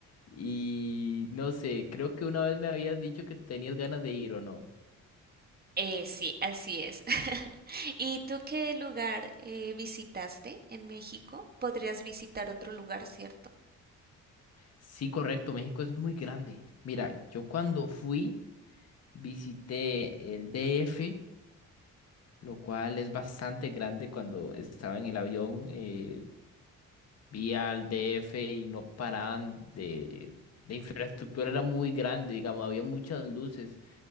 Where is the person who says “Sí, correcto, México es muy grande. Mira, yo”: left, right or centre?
Left